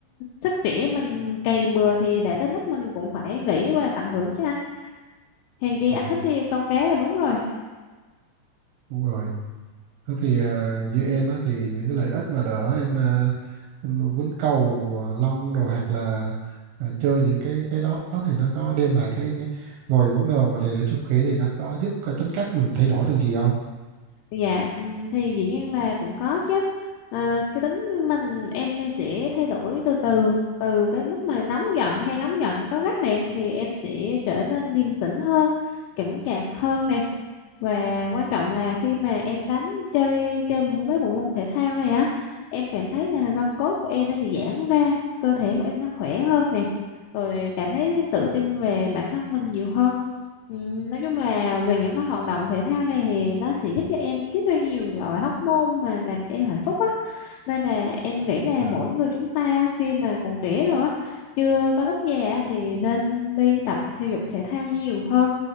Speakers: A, on the left; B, on the right.
A: sức trẻ mình cày bừa thì đã tới lúc mình cũng phải nghỉ và tận hưởng chứ anh hèn chi anh
B: Ừ.
A: thích đi câu cá là đúng rồi
B: đúng rồi Thế thì à, như em á thì những cái lợi ích mà đỡ em, à, em quýnh cầu à, lông rồi hoặc là à, chơi những cái cái đó thì nó có đem lại cái ngồi vấn đề mà rèn luyện sức khỏe thì nó có giúp cái tính cách mình thay đổi điều gì không?
A: Dạ, ừm, thì dĩ nhiên là cũng có chứ. À, cái tính mình em sẽ thay đổi từ từ từ cái lúc mà nóng giận hay nóng giận cáu gắt này thì em sẽ trở nên điềm tĩnh hơn, chững chạc hơn này. Và quan trọng là khi mà em đánh chơi chơi môn- mấy bộ môn thể thao này á, em cảm thấy là gân cốt của em nó sẽ giãn ra, cơ thể của em nó khỏe hơn này. Rồi cảm thấy tự tin về bản thân mình nhiều hơn. Ừm, nói chung là về những cái hoạt động thể thao này thì nó sẽ giúp cho em tiết ra nhiều loại hormone mà làm cho em hạnh phúc á nên là em nghĩ là
B: À,
A: mỗi người chúng ta khi mà còn trẻ rồi á chưa có lúc già á, thì nên đi tập thể dục thể thao nhiều hơn